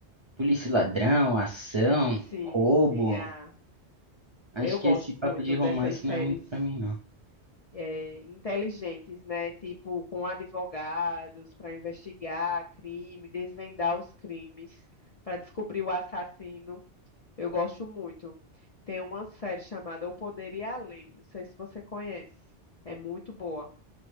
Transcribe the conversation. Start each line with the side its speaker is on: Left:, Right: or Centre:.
Right: polícia e ladrão, ação,
Left: Sim,
Right: roubo.
Left: sim. Ah,
Right: Acho
Left: eu
Right: que
Left: gosto
Right: esse papo
Left: muito
Right: de romance
Left: dessas séries
Right: não é muito pra mim, não.
Left: é, inteligentes, né? Tipo, com advogados para investigar crime, desvendar os crimes, para descobrir o assassino. Eu gosto muito. Tem uma série chamada O Poder e a Lei. Não sei se você conhece. É muito boa.